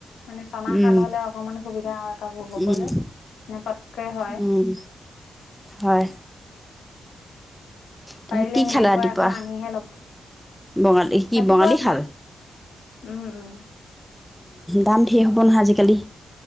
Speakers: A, on the left (about 80°); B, in the centre.
A: মানে টনা
B: উম
A: শাল হ'লে অকমান। সুবিধা হয়। কাবোৰ ববলৈ
B: উম
A: নেপতকে হয়।
B: উম হয়। তাৰপিছত
A: পাৰিলে
B: কি
A: সেনেকুৱা
B: খালা ৰাতিপুৱা
A: এখন আনিহে ল'ব।
B: বঙালী কি
A: ৰাতিপুৱা
B: বঙালী
A: ভাত
B: শাল।
A: উম উম।
B: দাম ঢেৰ হ'ব নহয় আজিকালি।